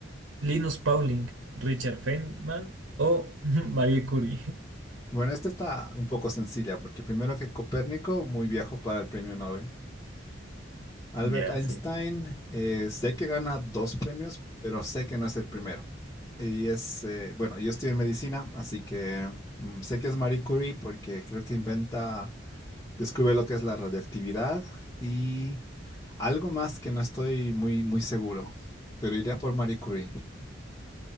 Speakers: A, on the right; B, on the left.
A: Linus Pauling, Richard Feynman o <laughs> Marie Curie?
B: Bueno, esta está un poco sencilla, porque primero que Copérnico, muy viejo para el premio Nobel. Albert
A: Ya,
B: Einstein,
A: sí.
B: eh, sé que gana dos premios, pero sé que no es el primero. Y es, eh, bueno, yo estoy en medicina, así que mm, sé que es Marie Curie porque creo que inventa Descubre lo que es la radioactividad y algo más que no estoy muy, muy seguro, pero iría por Marie Curie.